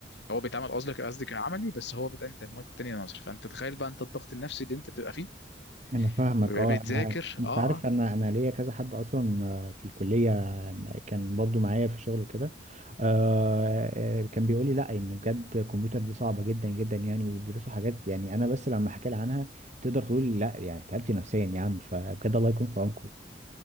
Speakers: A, on the left; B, on the right.
A: هو بيتعمل قصدك قصدي كعملي بس هو بتاع انت المواد التانية النظري فانت تخيل بقى انت الضغط النفسي اللي انت بتبقى فيه
B: انا فاهمك
A: بتبقى
B: اه
A: بتذاكر
B: انا انت
A: اه
B: عارف
A: اه
B: انا انا ليا كذا حد اصلا آه، في الكليه آه، كان برضو معايا في الشغل وكده آه، آه، كان بيقول لي لا ان بجد الكمبيوتر دي صعبه جدا جدا يعني وبيدرسوا حاجات يعني انا بس لما احكي لها عنها تقدر تقول لا يعني تعبت نفسيا يا عم فبجد الله يكون في عونكم